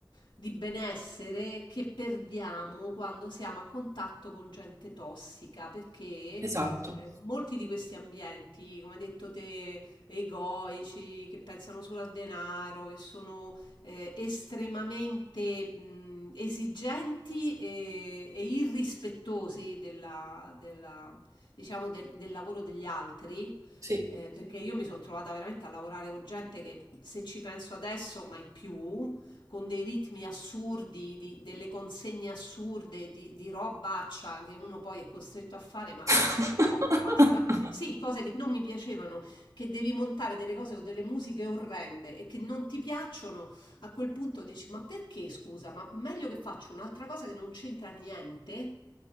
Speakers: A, on the left (about 90°); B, on the right (about 45°).
A: di benessere che perdiamo quando siamo a contatto con gente tossica, perché
B: Esatto,
A: eh, molti di questi ambienti, come hai detto te, egoici, che pensano solo al denaro, che sono eh, estremamente mh, esigenti e, e irrispettosi della- della- diciamo del, del lavoro degli altri,
B: sì.
A: eh, perché io mi sono trovata veramente a lavorare con gente che se ci penso adesso mai più, con dei ritmi assurdi, di- delle consegne assurde, di, di robaccia che uno poi è costretto a fare, ma
B: <laughs>
A: no, basta. Sì, cose che non mi piacevano che devi montare delle cose o delle musiche orrende e che non ti piacciono a quel punto dici, ma perché scusa? Ma meglio che faccio un'altra cosa che non c'entra niente,